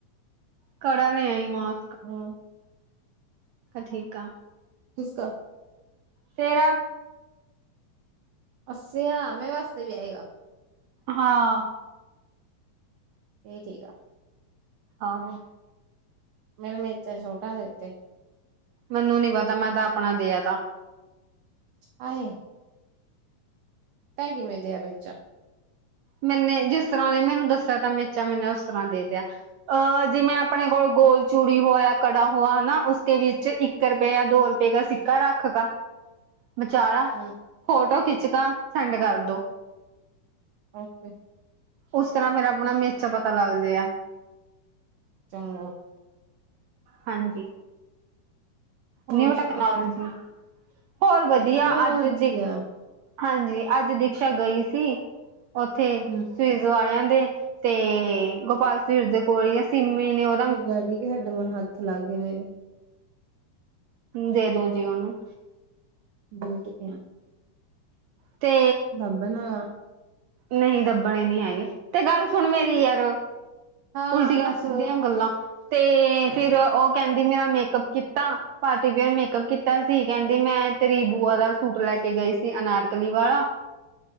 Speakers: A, on the right (about 80°); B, on the right (about 75°).
A: ਕੜਾ ਲੇ ਆਈ ਮਹਾਂ।
B: ਹੂੰ।
A: ਠੀਕ ਆਂ।
B: ਕਿਸਕਾ
A: ਤੇਰਾ
B: ਅੱਸੇਆ ਮੇਰੇ ਵਾਸਤੇ ਵੀ ਆਏਗਾ।
A: ਹਾਂ।
B: ਏਹ ਠੀਕ ਆ।
A: ਆਹੋ।
B: ਮੇਰਾ ਮੇਚਾ ਛੋਟਾ ਦੇਤੇ।
A: ਮੈਨੂੰ ਨੀ ਪਤਾ ਮੈਂ ਤਾਂ ਆਪਨਾ ਦੇਆ ਤਾ।
B: ਹਾਏ। ਤੈ ਕਿਵੇਂ ਦੇਆ ਮੇਚਾ।
A: ਮੈਨੇ ਜਿਸ ਤਰ੍ਹਾਂ ਓਨੇ ਮੈਨੂੰ ਦੱਸੇਆ ਤਾਂ ਮੇਚਾ ਮੈਨੇ ਓਸ ਤਰ੍ਹਾਂ ਦੇ ਤੇਆ। ਅਹ ਜਿਵੇਂ ਆਪਨੇ ਕੋਲ ਗੋਲ ਚੂੜੀ ਹੋਏਆ ਜਾਂ ਕੜਾ ਹੋਆ ਹਨਾ ਉਸਕੇ ਵਿੱਚ ਇੱਕ ਇੱਕ ਰੁਪਏਆ ਦੋ ਰੁਪਏ ਕਾ ਸਿੱਕਾ ਰੱਖਤਾ। ਵਿਚਾਰਾ
B: ਹੂੰ
A: ਫੋਟੋ ਖਿੱਚਕਾ ਸੈਂਡ ਕਰਦੋ।
B: ਓਕੇ।
A: ਉਸ ਤਰ੍ਹਾਂ ਫੇਰ ਆਪਨਾ ਮੇਚਾ ਪਤਾ ਲੱਗ ਜੇ ਆ।
B: ਚੰਗਾ।
A: ਹਾਂਜੀ।
B: ਹੋਰ
A: ਨਿਊ
B: ਸੁਣਾ
A: ਟੈਕਨੋਲੋਜੀ, ਹੋਰ ਵਦੀਆ
B: ਟੈਕਨੋਲੋਜੀ
A: ਅੱਜ ਦੇ
B: ਆ
A: ਹਾਂਜੀ ਅੱਜ ਦੇਖੇਆ ਗਈ ਸੀ ਓਥੇ
B: ਹੂੰ
A: ਸਵੀਜ਼ ਵਾਲਿਆਂ ਦੇ। ਤੇ ਗੋਪਾਲ ਸਵੀਟਸ ਦੇ ਕੋਲੇ ਆ ਸਿੰਮੀ ਨੇ ਓ
B: ਮੇਰੇ ਡੈਡੀ ਕੇ ਹੈੱਡਫੋਨ ਹੱਥ ਲਾਗੇ ਮੇਰੇ।
A: ਦੇ ਦੋ ਜੀ ਓਨੂੰ।
B: ਗੋਂਦ ਪੇਆ।
A: ਤੇ
B: ਦੱਬ ਨਾ
A: ਨਹੀਂ ਦੱਬਨੇ ਨੀ ਹੈਗੇ ਤੇ ਗੱਲ ਸੁਨ ਮੇਰੀ ਯਾਰ
B: ਹਾਂ
A: ਉਲਟੀਆਂ
B: ਦੱਸ
A: ਸਿੱਦੀਆਂ ਗੱਲਾਂ ਤੇ ਫਿਰ ਓ ਕੈਂਦੀ ਮੇਰਾ ਮੇਕਅੱਪ ਕੀਤਾ। ਪਾਰਟੀ ਵੀਅਰ ਮੇਕਅਪ ਕੀਤਾ ਸੀ ਕੈਂਦੀ ਮੈਂ ਤੇਰੀ ਬੂਆ ਦਾ ਸੂਟ ਲੈ ਕੇ ਗਈ ਸੀ ਅਨਾਰਕਲੀ ਵਾਲਾ।